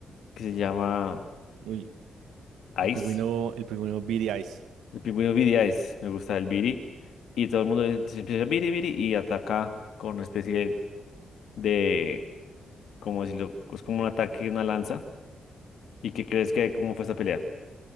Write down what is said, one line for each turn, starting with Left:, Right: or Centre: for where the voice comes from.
Left: que se llama
Right: Uy,
Left: Ice.
Right: el pingüino, el pingüino Beady Eyes.
Left: El pingüino Viri Ice, me gusta el Viri. Y todo el mundo se empieza a Viri, Viri y ataca con una especie de, cómo decirlo? Es como un ataque, una lanza. ¿Y qué crees que cómo fue esta pelea?